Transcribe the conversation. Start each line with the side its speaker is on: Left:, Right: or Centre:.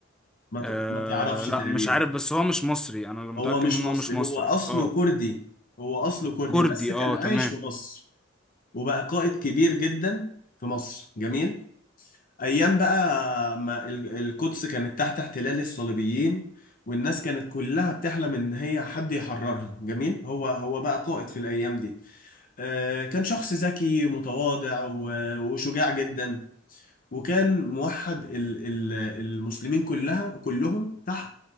Left: ما ت-
Centre: أه
Left: ما تعرفش
Centre: لا
Left: تقريبا
Centre: مش عارف بس هو مش مصري انا اللي متأكد
Left: هو مش
Centre: ان
Left: مصري
Centre: هو مش مصري
Left: هو اصله
Centre: اه
Left: كردي هو اصله كردي
Centre: كردي
Left: بس كان
Centre: اه
Left: عايش
Centre: تمام
Left: في مصر وبقى قائد كبير جدا في مصر جميل ايام بقى ما ال- القدس كانت تحت احتلال الصليبيين والناس كانت كلها بتحلم ان هي حد يحررها جميل هو هو بقى قائد في الايام دي آه كان شخص ذكي متواضع و- وشجاع جدا وكان موحد ال- ال- المسلمين كلها كلهم تحت